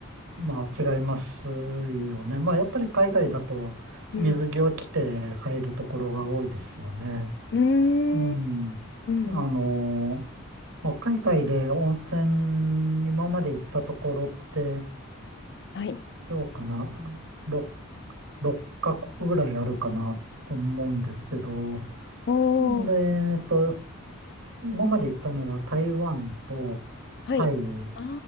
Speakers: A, on the right (about 85°); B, on the left (about 50°).
A: まあ違いますよね。まあやっぱり海外だと水着を着て入るところが多いですよね。
B: うん。うーん。
A: うん。
B: うんうん。
A: あの、まあ、海外で温泉、今まで行ったところって
B: はい。
A: どうかな。6、6カ国ぐらいあるかなと思うんですけど。
B: おー。
A: で、えっと、今まで行ったのは台湾とタイ
B: はい。あ